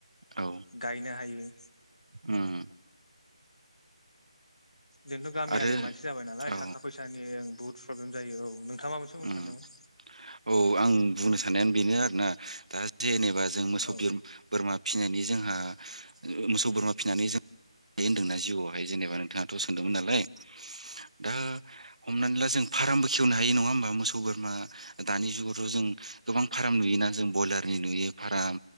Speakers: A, on the right; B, on the left.
A: औ
B: गायनो हायो।
A: उम
B: जोंथ' गामियारि
A: आरो
B: मानसि जाबाय नालाय
A: औ
B: थाखा फैसानि बुहुथ प्रब्लेम जायो औ। नोंथाङा माबा मोनसे बुंनो
A: उम
B: सानदोंमोन?
A: औ आं बुंनो साननायानो बेनो आरोना दा जेनेबा जों मोसौ
B: औ
A: बोरमा फिसिनानै जोंहा मोसौ बोरमा फिसिनानै जों बे होन्दोंना जिवावहाय जेनेबा नोंथाङाथ' सोंदोंमोन नालाय। दा हमनानै ला जों फारामबो खेवनो हायो नङा होमबा। मोसौ बोरमा दानि जुगावथ' जों गोबां फाराम नुयोना जों ब्रयलारनि नुयो फाराम